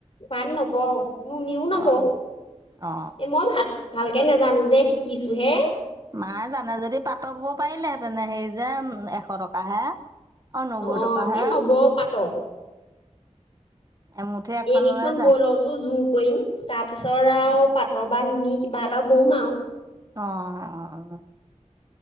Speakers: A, on the left; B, on the right.
A: পাট নবও নুনী ও নবওঁ
B: অ অ
A: এ মই ভাত ভালকৈ নাজানো যে শিকিছোঁহে
B: মায়ে জানে যদি পাতৰ বব পাৰিলেহেতেনে হেই যে এশ টকাহে। নব্বৈ
A: অ
B: টকাহে
A: এ নৱ পাতক
B: এমুঠি এখন
A: এইকেইখন
B: ওলাই যায়
A: বৈ লওঁছো জোৰ কৰিম তাৰ পিছত আৰু পাত বা নুনি কিবা এটা বম আৰু।
B: অ অ